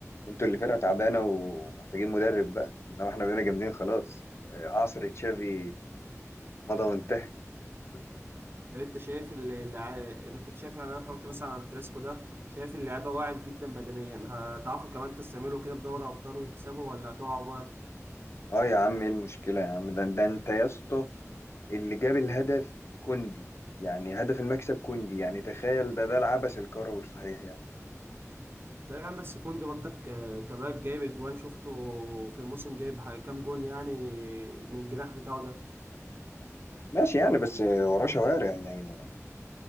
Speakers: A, on the left; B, on the right.
A: انتوا اللي فرقه تعبانه ومحتاجين مدرب بقى انما احنا بقينا جامدين خلاص عصر تشافي مضى وانتهى <laughs>
B: لو انت شايف اللع... انا كنت شايف يعني انا اتفرجت مثلا على الكلاسيكو ده شايف اللعيبه واعد جدا بدنيا هتعرفوا كمان تستمروا كده في دوري ابطال وتكسبوا ولا هتقعوا بقى
A: اه يا عم ايه المشكلة يا عم ده, ده انت يا اسطى اللي جاب الهدف كوندي يعني هدف المكسب كوندي يعني تخيل ده ده العبث الكروي صحيح يعني
B: لا يا عم بس كوندي برضك آه، كمان جايب اجوان شفته في الموسم جايب ح- كام جون يعني من الجناح بتاعه ده
A: ماشي يعني بس وراه شوارع يعني